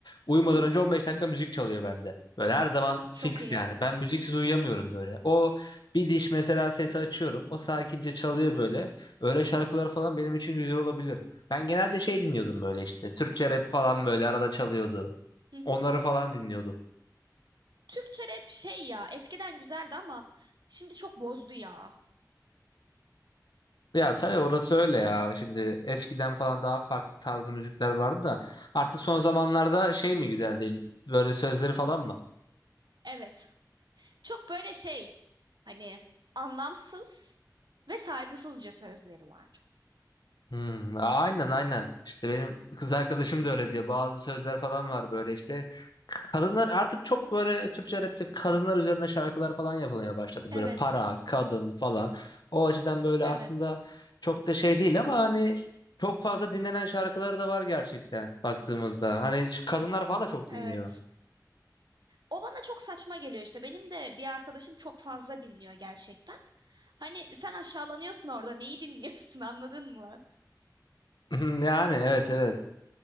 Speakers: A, on the left; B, on the right.
A: Uyumadan
B: Hı hı.
A: önce 15 dakika müzik çalıyor bende. Böyle her zaman fix
B: Çok iyi.
A: yani. Ben müziksiz uyuyamıyorum böyle. O bir diş mesela sesi açıyorum. O sakince çalıyor
B: Hı hı.
A: böyle. Öyle şarkılar falan benim için güzel olabilir. Ben genelde şey dinliyordum
B: Hı hı.
A: böyle işte. Türkçe rap falan
B: Hı
A: böyle arada çalıyordu.
B: hı.
A: Onları falan dinliyordum.
B: Türkçe rap şey ya eskiden güzeldi ama şimdi çok bozdu ya.
A: Ya tabii orası öyle ya. Şimdi eskiden falan daha farklı tarzı müzikler vardı da artık son zamanlarda şey mi güzel değil? Böyle sözleri falan mı?
B: Evet. Çok böyle şey hani anlamsız ve saygısızca sözleri var.
A: Hmm, aynen aynen. İşte benim kız arkadaşım da öyle diyor. Bazı sözler falan var böyle işte. Kadınlar artık çok böyle Türkçe rapte kadınlar üzerine şarkılar falan yapılmaya başladı.
B: Evet.
A: Böyle para, kadın falan. O açıdan böyle
B: Evet.
A: aslında çok da şey değil ama hani çok fazla dinlenen şarkıları da var gerçekten baktığımızda. Hani şu kadınlar falan da çok
B: Evet.
A: dinliyor.
B: O bana çok saçma geliyor işte. Benim de bir arkadaşım çok fazla dinliyor gerçekten. Hani sen aşağılanıyorsun orada. Neyi dinliyorsun <laughs> anladın mı?
A: <laughs> Yani evet evet.